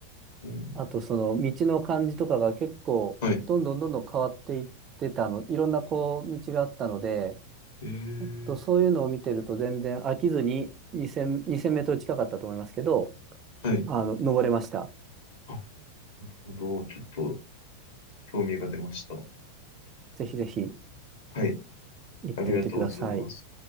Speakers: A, on the left; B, on the right.
A: うん
B: あとその道の感じとかが結構どんどんどんどん変わっていってたの、
A: はい。
B: いろんなこう道があったので、
A: えー。
B: とそういうのを見てると全然飽きずに2000、2000メートル近かったと思いますけど、
A: はい。
B: あの、登れました。
A: あ、なるほど。ちょっと興味が出ました。
B: ぜひぜひ
A: はい。
B: 行ってみてください。
A: ありがとうございます。